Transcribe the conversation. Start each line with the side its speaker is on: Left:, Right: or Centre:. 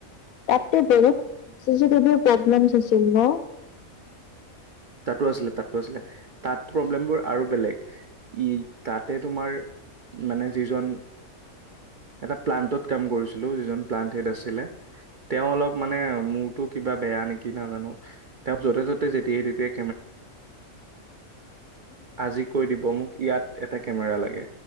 Left: তাতে বহুত চিচি টিভিৰ প্ৰব্লেম আছিল ন?
Right: তাতো আছিলে তাতো আছিলে তাত প্ৰব্লেমবোৰ আৰু বেলেগ। ই তাত তাতে তোমাৰ মানে যিজন। এটা প্লান্তত কাম কৰিছিলো, যিজন প্লান্ত হেড আছিলে তেওঁ অলপ। মানে মোৰতো কিবা বেয়া নেকি? নাজানো, তেওঁক য'তে ত'তে যেতিয়াই তেতিয়াই। আজি কৈ দিব মোক ইয়াত এটা কেমেৰা লাগে।